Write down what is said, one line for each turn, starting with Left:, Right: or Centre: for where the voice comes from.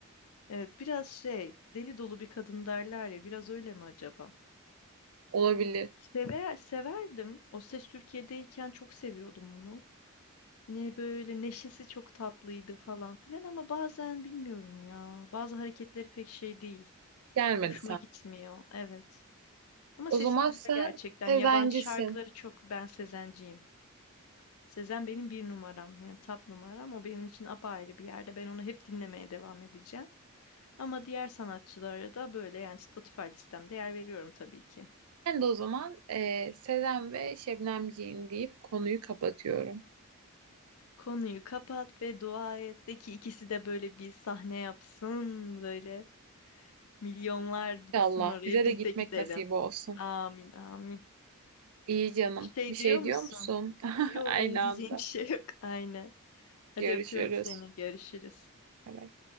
Left: Evet, biraz şey, deli dolu bir kadın derler ya, biraz öyle mi acaba?
Right: Olabilir.
Left: Sever, severdim. O Ses Türkiye'deyken çok seviyordum onu. Hani böyle neşesi çok tatlıydı falan filan ama bazen bilmiyorum ya. Bazı hareketleri pek şey değil.
Right: Gelmedi
Left: Hoşuma
Right: sen.
Left: gitmiyor. Evet. Ama
Right: O
Left: sesi
Right: zaman
Left: güzel
Right: sen
Left: gerçekten.
Right: Sezencisin.
Left: Yabancı şarkıları çok ben Sezenciyim. Sezen benim bir numaram. Yani top numaram. O benim için apayrı bir yerde. Ben onu hep dinlemeye devam edeceğim. Ama diğer sanatçılara da böyle yani Spotify listemde yer veriyorum tabii ki.
Right: Ben de o zaman eee Sezen ve Şebnemciğim deyip konuyu kapatıyorum.
Left: Konuyu kapat ve dua et de ki ikisi de böyle bir sahne yapsın böyle milyonlar gitsin
Right: İnşallah
Left: oraya
Right: bize
Left: biz
Right: de gitmek
Left: de gidelim.
Right: nasip olsun.
Left: Amin amin.
Right: İyi canım.
Left: Bir şey
Right: Bir şey
Left: diyor musun?
Right: diyor musun? <laughs>
Left: Yo
Right: Aynı
Left: benim diyeceğim
Right: anda.
Left: <laughs> bir şey yok. Aynen. Hadi
Right: Görüşürüz.
Left: öpüyorum seni. Görüşürüz.
Right: Bay bay.